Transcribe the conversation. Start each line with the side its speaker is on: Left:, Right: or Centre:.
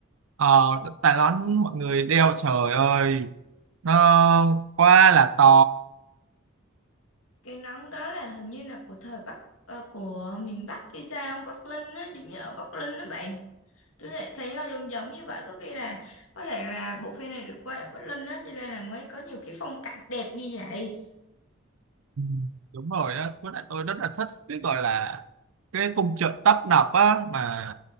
Right: Ờ, tại đó mọi người đeo trời ơi nó quá là to
Left: Cái nón đó là hình như là của thời Bắc ờ, của miền Bắc hay sao Bắc Linh á giống như ở Bắc Linh đó bạn tôi lại thấy nó giống giống như vậy có khi là có thể là bộ phim này được quay ở Bắc Linh á cho nên là mới có nhiều cái phong cảnh đẹp như vậy
Right: Ừ, đúng rồi á với lại tôi rất là thích cái gọi là cái khung chợ tấp nập á mà